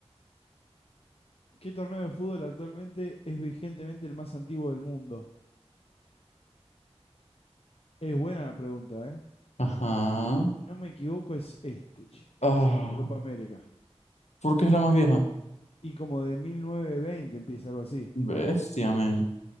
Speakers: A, on the left; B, on the left.
A: ¿Qué torneo de fútbol actualmente es vigentemente el más antiguo del mundo? Es buena la pregunta, ¿eh?
B: Ajá.
A: Si no me equivoco es este, che.
B: Ah,
A: Sí, la Copa América.
B: ¿por qué es la más vieja?
A: Y como de 1920 empieza algo así.
B: Bestia, men. ¿En